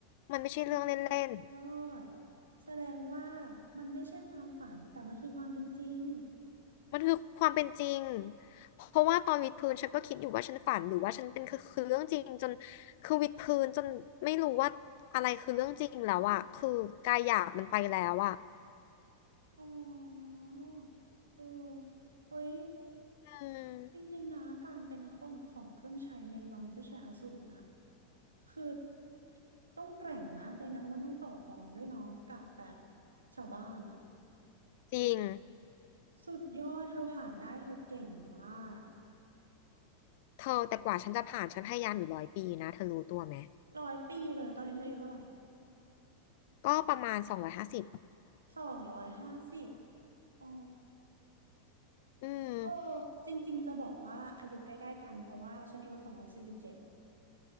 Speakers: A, on the left; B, on the right.
A: มันไม่ใช่เรื่องเล่น
B: สุดยอดแสดงว่ามันไม่ใช่ความฝันแต่มันคือความเป็นจริง
A: มันคือความเป็นจริงเพราะว่าตอนวิดพื้นฉันก็คิดอยู่ว่าฉันฝันหรือว่าฉันเป็นคือคือเรื่องจริงจนคือวิดพื้นจนไม่รู้ว่าอะไรคือเรื่องจริงแล้วอะคือกายหยาบมันไปแล้วอะ
B: อ๋อเออเฮ้ย
A: อืม
B: จริงๆนะการเป็นของของเครื่องใช้ในวังเจ้าชายอสูรน่ะคือต้องแกร่งมากเลยนะเพราะมันต้องต่อกรด้วยเนาะกับแบบชาวบ้านอ่ะ
A: จริง
B: สุดยอดเธอผ่านได้เธอเก่งมาก
A: เธอแต่กว่าฉันจะผ่านฉันพยายามอยู่ร้อยปีนะเธอรู้ตัวไหม
B: ร้อยปีเลยตอนนี้เธออายุเท่าไหร่
A: ก็ประมาณสองร้อยห้าสิบ
B: สองร้อยห้าสิบอ๋อ
A: อืม
B: เออจริงๆจะบอกว่าอายุใกล้ๆกันเพราะว่าฉันอายุสองร้อยสี่สิบเจ็ด